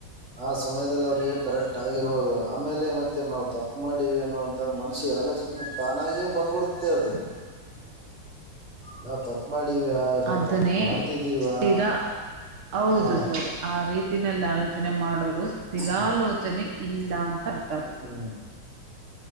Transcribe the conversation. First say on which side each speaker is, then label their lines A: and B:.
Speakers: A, on the right; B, on the right.
A: ಆ ಸಮಯದಲ್ಲಿ ಅವರಿಗೆ ಕರೆಕ್ಟ್ ಆಗಿರ್ಬೋದು ಆಮೇಲೆ ಮತ್ತೆ ನಾವು ತಪ್ಪು ಮಾಡಿವಿ ಏನೋ ಅಂತ ಮನಸಿಗೆ ಆಲೋಚನೆ ತಾನಾಗೇ ಬಂದ್ಬಿಡ್ತೆ ಅದು.
B: ಅ <unintelligible>
A: ನಾವು ತಪ್ಪು ಮಾಡಿವ ಇಲ್ಲಾ
B: ಅದನ್ನೇ
A: ತಪ್ಪು ಮಾಡ್ತಿದ್ದೀವಾ
B: ಸ್ಥಿರ ಹೌದು
A: ಹಾ
B: ಸರ್ ಆ ರೀತಿನಲ್ಲಿ ಆಲೋಚನೆ ಮಾಡೋರು ಸ್ಥಿರಾಲೋಚನೆ
A: ಹ್ಮ್
B: ಇಲ್ಲ ಅಂತ ಅರ್ಥ ಅದು.
A: ಹ್ಮ್